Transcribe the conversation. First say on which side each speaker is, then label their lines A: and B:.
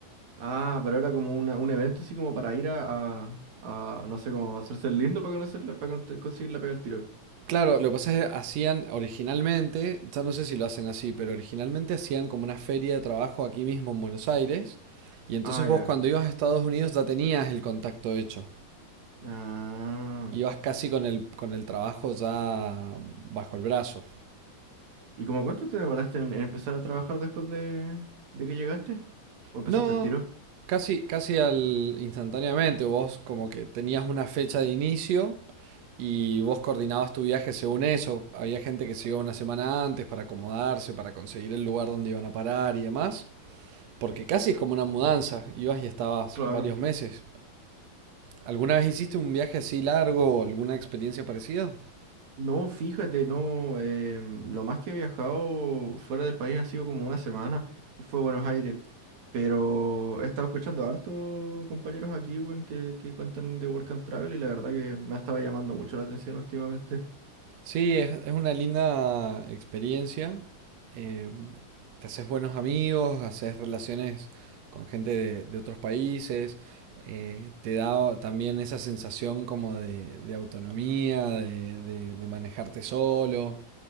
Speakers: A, on the right (about 50°); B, on the right (about 70°).
A: ah, pero era como una, un evento así como para ir a, a, a, no sé, como hacerse el lindo para conocerla, para con- conseguir la pega al tiro.
B: Claro, lo que pasa es que hacían originalmente, ya no sé si lo hacen así, pero originalmente hacían como una feria de trabajo aquí mismo en Buenos Aires. Y entonces
A: Ah,
B: vos
A: ya.
B: cuando ibas a Estados Unidos ya tenías el contacto hecho.
A: Ah.
B: Ibas casi con el, con el trabajo ya bajo el brazo.
A: ¿Y como cuánto te demoraste en, en empezar a trabajar después de, de que llegaste? ¿O empezaste
B: No,
A: el tiro?
B: casi, casi al instantáneamente. Vos como que tenías una fecha de inicio y vos coordinabas tu viaje según eso. Había gente que se iba una semana antes para acomodarse, para conseguir el lugar donde iban a parar y demás. Porque casi es como una mudanza, ibas y estabas
A: Claro.
B: varios meses. ¿Alguna vez hiciste un viaje así largo o alguna experiencia parecida?
A: No, fíjate, no. eh, lo más que he viajado fuera del país ha sido como una semana y fue Buenos Aires. Pero he estado escuchando harto compañeros aquí, weón, que, que cuentan de Work and Travel y la verdad que me ha estado llamando mucho la atención últimamente.
B: Sí, es, es una linda experiencia. Eh, te haces buenos amigos, haces relaciones con gente de, de otros países, eh, te da también esa sensación como de, de autonomía, de, de- de manejarte solo.